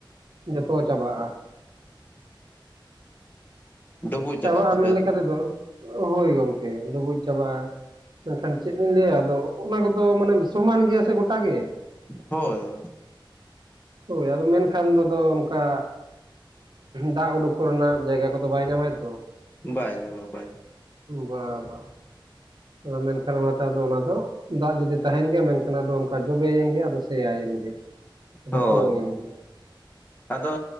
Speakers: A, on the right; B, on the left.
A: ᱡᱚᱛᱚ ᱪᱟᱵᱟᱜᱼᱟ
B: ᱰᱩᱵᱩᱡ
A: ᱪᱟᱵᱟᱜᱼᱟ
B: ᱪᱟᱵᱟᱜ ᱛᱟᱯᱮᱭᱟ
A: ᱢᱮᱱ ᱞᱮᱠᱟ ᱛᱮᱫᱚ ᱦᱳᱭ ᱜᱚᱝᱠᱮ ᱰᱩᱵᱩᱡ ᱪᱟᱵᱟᱜᱼᱟ ᱢᱮᱱᱠᱷᱟᱱ ᱪᱮᱫ ᱞᱤᱧ ᱞᱟᱹᱭᱟ ᱟᱫᱚ ᱚᱱᱟ ᱠᱚᱫᱚ ᱢᱟᱱᱮ ᱥᱚᱢᱟᱱ ᱜᱮᱭᱟ ᱥᱮ ᱜᱚᱴᱟ ᱜᱮ
B: ᱦᱳᱭ ᱦᱳᱭ
A: ᱦᱳᱭ ᱟᱫᱚ ᱢᱮᱱᱠᱷᱟᱱ ᱫᱚᱫᱚ ᱚᱱᱠᱟ ᱫᱟᱜ ᱩᱰᱩᱠ ᱠᱚᱨᱮᱱᱟᱜ ᱡᱟᱭᱜᱟ ᱠᱚᱫᱚ ᱵᱟᱭ ᱧᱟᱢᱟᱭ ᱛᱚ
B: ᱵᱟᱭ ᱧᱟᱢᱟ ᱵᱟᱭ
A: ᱵᱟ ᱵᱟ ᱟᱫᱚ ᱢᱮᱱᱠᱷᱟᱱ ᱚᱱᱟᱛᱮ ᱟᱫᱚ ᱚᱱᱟ ᱫᱚ ᱫᱟᱜ ᱡᱩᱫᱤ ᱛᱟᱸᱦᱮᱱ ᱜᱮᱭᱟ ᱢᱮᱱᱠᱷᱟᱱ ᱟᱫᱚ ᱚᱱᱠᱟ ᱡᱚᱵᱮᱭᱮᱱ ᱜᱮ ᱟᱫᱚ ᱥᱮᱭᱟᱭᱮᱱ ᱜᱮ ᱟᱫᱚ
B: ᱦᱳᱭ
A: ᱯᱚᱝᱼᱮᱱ ᱜᱮ
B: ᱟᱫᱚ